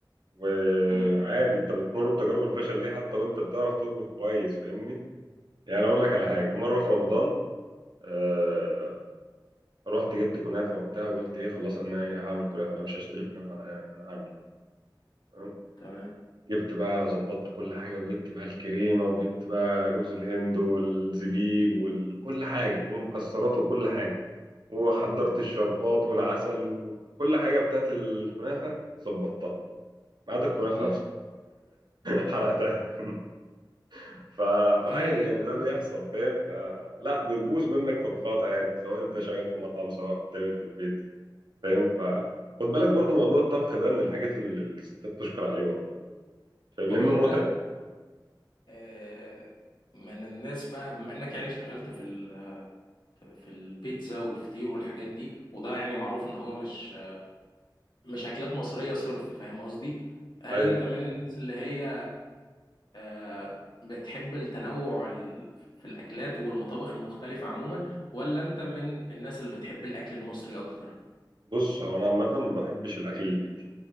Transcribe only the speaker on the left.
مم،
مم،
تمام
مم،
اوكي
طب
انت
آه، من الناس بقى بما انك يعني اشتغلت في ال في البيتزا والفطير والحاجات دي وده يعني معروف ان هو مش مش اكلات مصرية صرف فاهم قصدي هل
انت من الناس اللي هي آه، بتحب التنوع ال- في الاكلات والمطابخ المختلفة عموما ولا انت من الناس اللي بتحب الاكل المصري اكتر